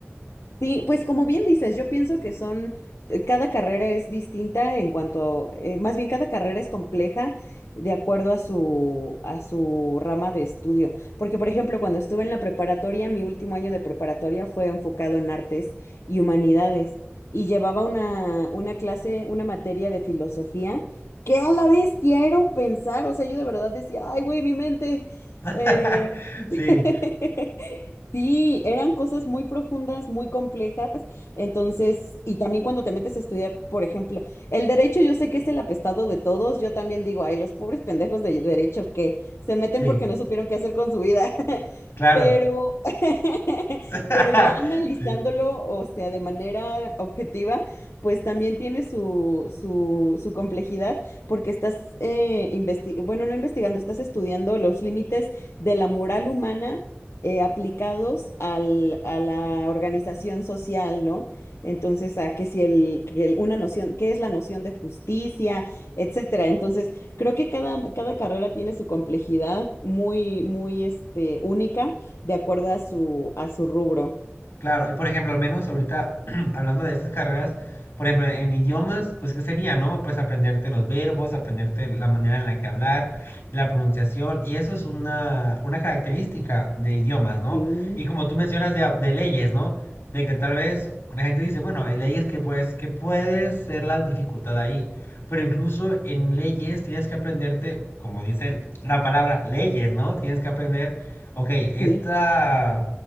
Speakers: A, on the left; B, on the left.
A: Sí, pues como bien dices, yo pienso que son, eh, cada carrera es distinta en cuanto, eh, más bien cada carrera es compleja de acuerdo a su, a su rama de estudio. Porque, por ejemplo, cuando estuve en la preparatoria, mi último año de preparatoria fue enfocado en artes y humanidades y llevaba una, una clase, una materia de filosofía que a la bestia era un pensar, o sea, yo de verdad decía, ay, güey, mi mente.
B: <laughs>
A: eh,
B: Sí,
A: <laughs> Sí, eran cosas muy profundas, muy complejas. Entonces, y también cuando te metes a estudiar, por ejemplo, el derecho, yo sé que es el apestado de todos. Yo también digo, ay, los pobres pendejos de derecho que se meten
B: sí,
A: porque no supieron qué hacer con su vida. <laughs>
B: claro.
A: Pero, <laughs>
B: <laughs>
A: pero ya analizándolo,
B: Sí.
A: o sea, de manera objetiva, pues también tiene su, su, su complejidad porque estás, eh, investi- bueno, no investigando, estás estudiando los límites de la moral humana eh, aplicados al, a la organización social, ¿no? Entonces, a que si el, que el- una noción, ¿qué es la noción de justicia, etcétera? Entonces, creo que cada, cada carrera tiene su complejidad muy, muy, este, única de acuerdo a su, a su rubro.
B: Claro, y por ejemplo, al menos ahorita <clears throat> hablando de estas carreras, por ejemplo, en idiomas, pues ¿qué sería, no? Pues aprenderte los verbos, aprenderte la manera en la que hablar, la pronunciación, y eso es una, una característica de idiomas, ¿no?
A: Sí,
B: Y como tú mencionas de, de leyes, ¿no? De que tal vez la gente dice, bueno, hay leyes que pues, que puede ser la dificultad ahí, pero incluso en leyes tienes que aprenderte, como dice el- la palabra, leyes, ¿no? Tienes que aprender, ok, esta
A: sí.